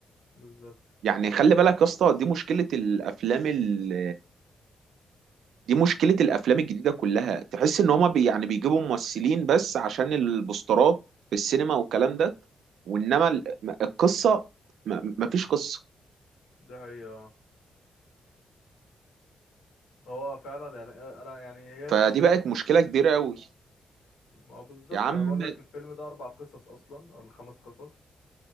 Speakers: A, on the left; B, on the right.
A: بالظبط
B: يعني خلي بالك يا اسطى دي مشكلة الافلام ال... دي مشكلة الافلام الجديدة كلها تحس ان هما بي... يعني بيجيبوا ممثلين بس عشان البوسترات في السينما والكلام ده وانما ال- م- القصة م- مفيش قصة
A: ده هي آه. هو فعلا يعني آه، أنا يعني هي
B: فدي
A: أصلا
B: بقت مشكلة كبيرة قوي
A: ما هو بالظبط
B: يا عم
A: أنا بقول لك الفيلم ده أربع قصص أصلا ولا خمس قصص